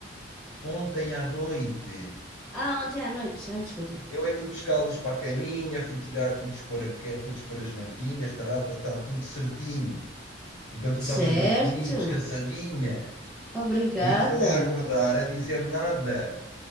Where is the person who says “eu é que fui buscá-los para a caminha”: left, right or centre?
Left